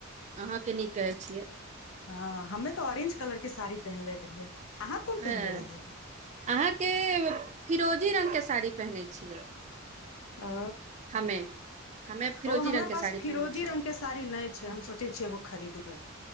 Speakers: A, on the right; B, on the left.
A: अहाँके नीक कहै छियै
B: हँ हमे तऽ ऑरेंज कलर के साड़ी पहिनले रहियै अहाँ कोन
A: अ
B: पहिनले रहियै
A: अहाँके फिरोजी रंग साड़ी पहिने छियै?
B: ओ
A: हम्मे हम्मे फिरोजी
B: ओ हमरा
A: रंग के
B: पास
A: साड़ी पहिनय
B: फिरोजी
A: छियै
B: रंग के साड़ी नहि छै हम सोचै छियै एगो खरीदबै